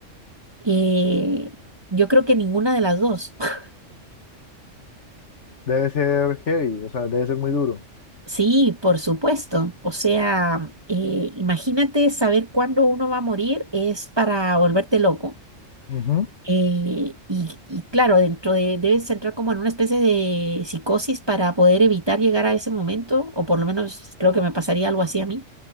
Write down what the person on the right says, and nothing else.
Eh, yo creo que ninguna de las dos. <laughs>
Sí, por supuesto. O sea, eh, imagínate saber cuándo uno va a morir es para volverte loco.
Eh, y, y claro, dentro de, debes entrar como en una especie de psicosis para poder evitar llegar a ese momento, o por lo menos creo que me pasaría algo así a mí.